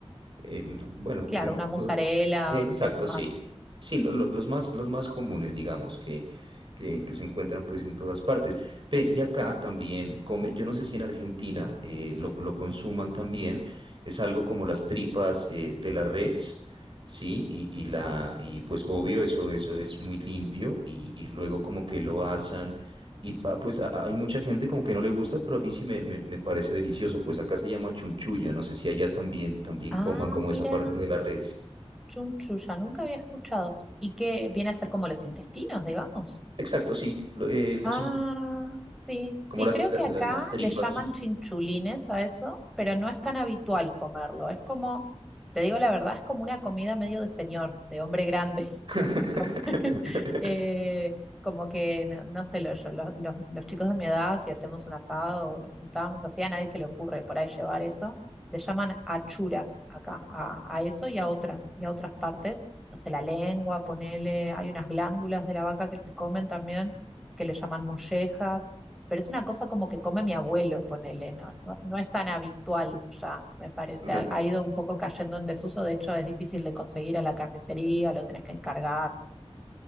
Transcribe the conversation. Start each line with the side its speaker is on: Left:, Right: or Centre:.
Right: el, bueno,
Centre: Claro,
Right: eh,
Centre: una mozzarella,
Right: exacto,
Centre: un queso más.
Right: sí. Sí, lo- lo- los más, los más comunes, digamos, que, que, que se encuentran pues en todas partes. Ve, y acá también come, yo no sé si en Argentina eh, lo, lo consuman también, es algo como las tripas eh, de la res, ¿sí? Y, y la, y pues obvio, eso, eso es muy limpio y, y luego como que lo asan y pa- pues a- a- hay mucha gente como que no le gusta, pero a mí sí me, me, me parece delicioso. Pues acá se llama chunchullo. No sé si allá también, también
Centre: Ah,
Right: coman como
Centre: mira,
Right: esa parte de la res.
Centre: chunchulla, nunca había escuchado. ¿Y qué viene a ser como los intestinos, digamos?
Right: Exacto, sí. lo- eh, los
Centre: Ah,
Right: in-
Centre: sí, sí,
Right: como las,
Centre: creo
Right: la-
Centre: que acá
Right: la- las tripas.
Centre: le llaman chinchulines a eso, pero no es tan habitual comerlo. Es como, te digo la verdad, es como una comida medio de señor, de hombre grande.
Right: <laughs>
Centre: Como, <laughs> eh, como que, no, no sé, lo- yo, lo- los, los chicos de mi edad, si hacemos un asado o nos juntamos así, a nadie se le ocurre por ahí llevar eso. Le llaman achuras acá, a, a eso y a otras, y a otras partes. No sé, la lengua, ponele, hay unas glándulas de la vaca que se comen también, que le llaman mollejas, pero es una cosa como que come mi abuelo, ponele, no, no, no es tan habitual ya, me parece.
Right: Claro.
Centre: Ha, ha ido un poco cayendo en desuso, de hecho es difícil de conseguir a la carnicería, lo tenés que encargar.